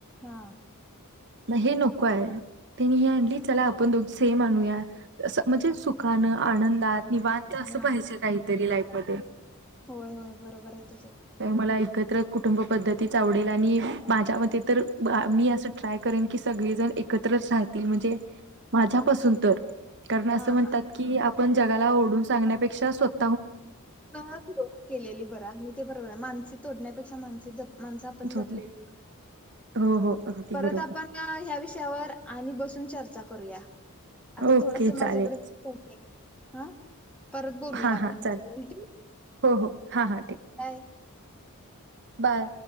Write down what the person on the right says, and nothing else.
म हे नको आहे त्यांनी हे आणली चला आपण दोघी सेम आणूयां म्हणजे सुखानं आनंदात निवांत असंल
पाहिजेत. तरी लाइफक बदल.
तर मला एकत्र कुटुंब पद्धतीच आवडेल आणि माझ्या म तर मी असं ट्राय करेन की सगळेजण एकत्र राहतील म्हणजे माझ्यापासून तर. कारण असं
म्हणतात
की आपण जगाला ओरडुन सांगण्या. पेक्षा स्वता.
झोप
नाही हो हो अगदी
बरोबर
ओके
चालेल
हा
हा
चालेल
हो हो हा हा. ठीक
बाय.